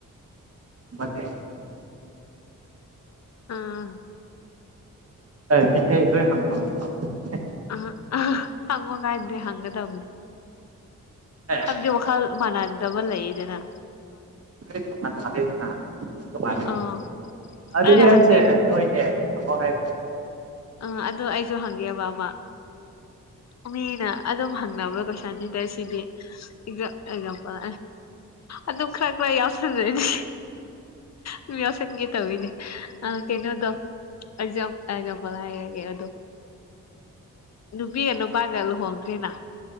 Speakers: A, on the right; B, on the left.
A: ꯅꯦ
B: ꯑꯥ
A: ꯍꯣꯏ ꯃꯤꯇꯩ ꯂꯣꯏ ꯍꯪꯈ꯭ꯔꯕꯅꯦꯀꫭ
B: ꯑꯍꯥ ꯍꯪꯉꫭ ꯀꯥꯏꯗꯦ ꯍꯪꯒꯗꯕꯅꯤ
A: ꯑꯦ
B: ꯍꯥꯏꯕꯗꯤ ꯋꯥꯈꯜ ꯃꯥꯟꯅꯗꯕ ꯂꯩꯗꯅ
A: ꯅꫭꯏꯗꯤ ꯇꫭꯉꯥꯟ ꯇꫭꯉꯥꯟ ꯗꯩ ꯗꯅ
B: ꯑꯥ
A: ꯑꯗꯨꯅꯦ
B: ꯑꯩꯅ ꯍꯪꯅꯤꯡ
A: ꯍꯥꯏꯁꯦ ꯅꯣꯏꯅꯦ ꯑꯃꯨꯛ ꯍꯥꯏꯁꯦ
B: ꯑ ꯑꯗꯨ ꯑꯩꯁꯨ ꯍꯪꯒꯦꯕ ꯑꯃ ꯃꯤꯅ ꯑꯗꯨꯝ ꯍꯪꯅꯕ ꯀꯣꯏꯁꯟꯅꯤꯗ ꯁꯤꯗꯤ ꯑꯦꯛꯖꯥꯝꯄꯜ ꯑꯗꯨꯝ ꯈꯔ ꯈꯔ ꯌꯥꯎꯁꯤꯜꯂꯗꯤ ꯃꯤ ꯌꯥꯎꯁꯤꯟꯒꯦ ꯇꯧꯋꯤꯅꯦ ꯑ ꯀꯩꯅꯣꯗꯣ ꯑꯖꯥꯝ ꯑꯖꯥꯝꯄꯜ ꯍꯥꯏꯔꯒꯦ ꯑꯗꯨꯝ ꯅꯨꯄꯤꯒ ꯅꯨꯄꯥꯒ ꯂꯨꯍꯣꯡꯈ꯭ꯔꯦꯅ